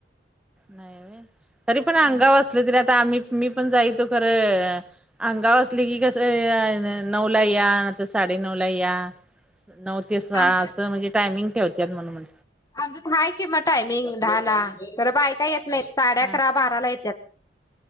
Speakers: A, in the centre; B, on the left (about 20°).
A: नाही. तरी
B: नाही
A: पण अंगाव असल तरी आता आम्ही मी पण जाय तो खरं. अंगाव असली की कसं या न तर नऊला या नाहीतर साडे नऊला या. नऊ ते सहा
B: आमचं
A: असं. म्हणजे टायमिंग ठेवतात म्हणून म
B: आमच्यात आहे की मंग टायमिंग दहा ला. तर बायका येत नाही साडे
A: हा
B: अकरा बाराला येतात.